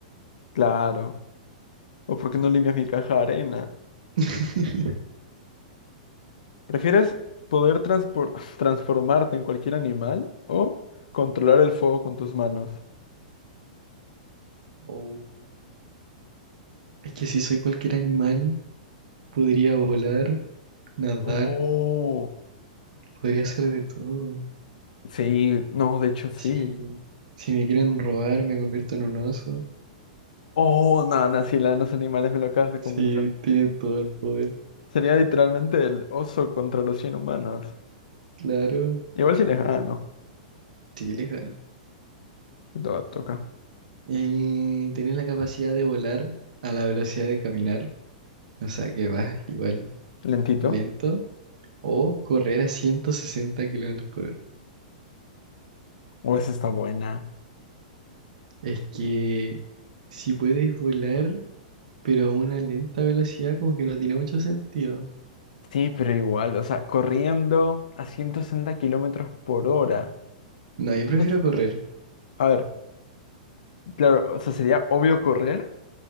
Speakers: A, on the left; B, on the right.
A: Claro. ¿O por qué no limpias mi caja de arena?
B: <laughs>
A: ¿Prefieres poder transpor- <laughs> transformarte en cualquier animal o controlar el fuego con tus manos?
B: Oh, es que si soy cualquier animal, podría volar, nadar,
A: Oh,
B: podría hacer de todo.
A: sí, no, de hecho sí.
B: Si, si me quieren robar, me convierto en un oso.
A: Oh, no, no, sí, la de los animales me lo acabas de
B: Si
A: convencer.
B: tiene todo el poder,
A: Sería literalmente el oso contra los cien humanos
B: claro.
A: Igual si les gano.
B: Sí, les gano.
A: To- toca.
B: Eh, tiene la capacidad de volar a la velocidad de caminar. O sea que vas igual
A: Lentito.
B: lento. O correr a 160 kilómetros por hora.
A: O esa está buena.
B: Es que si puedes volar, pero a una lenta velocidad, como que no tiene mucho sentido.
A: Sí, pero igual, o sea, corriendo a 160 kilómetros por hora.
B: No, yo prefiero
A: Entonces,
B: correr.
A: a ver, claro, o sea, sería obvio correr,